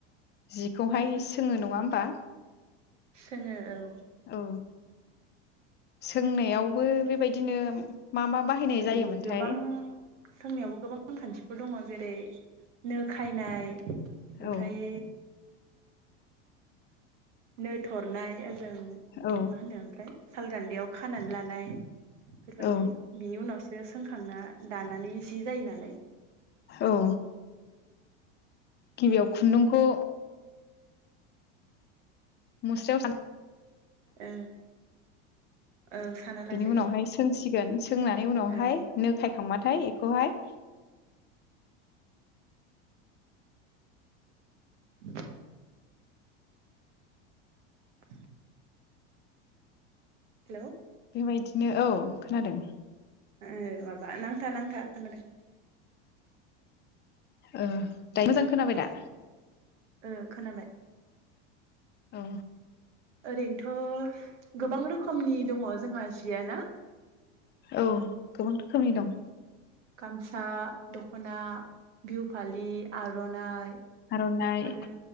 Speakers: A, on the left (about 30°); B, on the right (about 80°).
A: जिखौहाय सोङो नङा होमबा,
B: सोङो औ
A: औ सोंनायावबो बेबायदिनो मा मा बाहायनाय
B: ओं
A: जायोमोनथाय?
B: गोबां सोंनायावबो गोबां नेमखान्थिफोर दङ जेरै नो खायनाय ओमफ्राय
A: औ
B: नो थरनाय जों मा
A: औ
B: होनो ओमफ्राय सालगान्दैयाव खानानै लानाय बेफोरबायदि
A: औ
B: बिनि उनावसो बेखौ सोंखांना दानानै जि जायो नालाय
A: औ गिबियाव खुन्दुंखौ मस्रायाव साना
B: ओ औ साना लाग्रोयो
A: बिनि उनावहाय सोंसिगोन सोंनानै उनावहाय
B: ओं
A: नो खायखांबा थाय बेखौहाय
B: <inaudible> <inaudible> हेलौ
A: बेबायदिनो औ खोनादों
B: ओ माबा नांथा नांथा खोनादों
A: ओ दायो मोजां खोनाबाय दा
B: ओ खोनाबाय
A: औ
B: ओरैनोथ' गोबां रोखोमनि दङ जोंहा जियाना
A: औ गोबां रोखोमनि दं
B: गामसा दख'ना बिहु फालि आर'नाइ
A: आर'नाइ
B: आरो